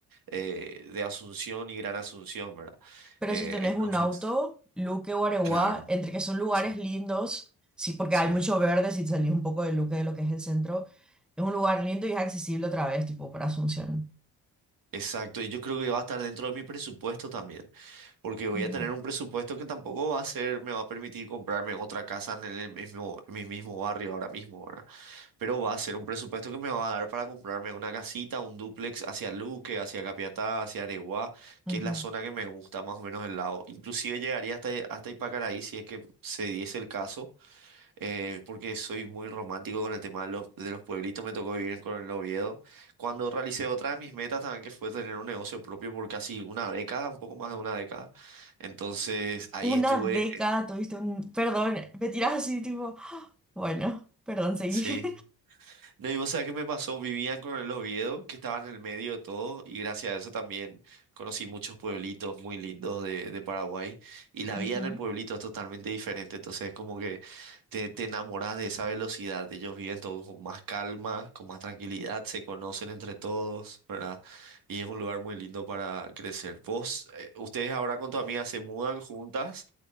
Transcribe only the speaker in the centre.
pero
si tenés
un auto, Luque, Guareguá,
entre que son lugares
lindos, sí, porque
hay mucho verde, si salís un poco de Luque, de lo que es el centro, es un lugar lindo y es accesible otra vez, tipo, para Asunción.
Ujú,
ujú.
Una
década
tuviste un... Perdón, me tirás así, tipo... Bueno, perdón, seguí.
<laughs> Ujú.